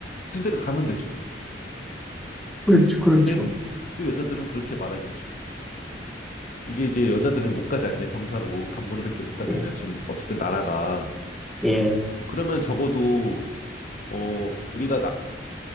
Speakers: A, on the left; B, in the centre.
A: 군대를 가면 되죠.
B: 그렇죠, 그렇죠.
A: 근데 또 여자들은 그렇게 말하겠죠. 이게 이제 여자들은 못 가지 않냐, 병사로. 간부로밖에 못 가지
B: 예,
A: 않냐, 지금 어쨌든 나라가.
B: 예,
A: 그러면 적어도, 어, 우리가 나-